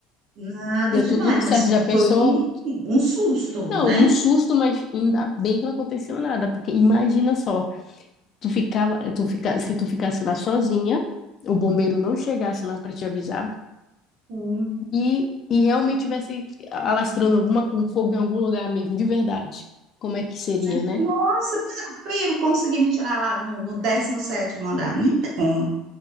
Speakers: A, on the right; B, on the left.
A: Nada
B: Deu
A: demais,
B: tudo
A: mas
B: certo, já pensou?
A: foi um, um susto, né?
B: Não, um susto, mas ainda bem que não aconteceu nada, porque imagina só, tu ficava, tu fica, se tu ficasse lá sozinha, o bombeiro não chegasse lá para te avisar
A: Sim.
B: e, e realmente tivesse alastrando alguma com fogo em algum lugar mesmo, de verdade. Como é que seria,
A: Mas é,
B: né?
A: Nossa, pera, como é que eu ia conseguir me tirar lá no, no 17º andar? Não tem como.